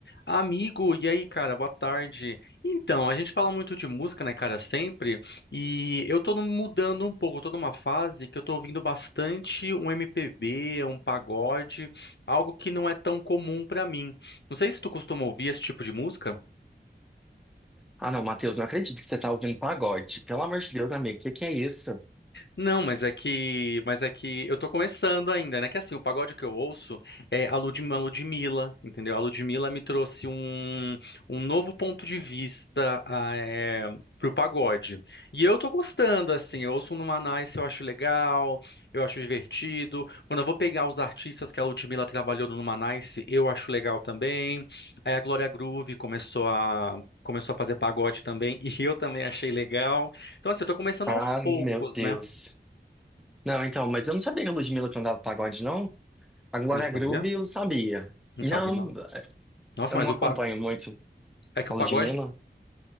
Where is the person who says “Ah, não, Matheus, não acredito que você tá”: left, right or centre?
Centre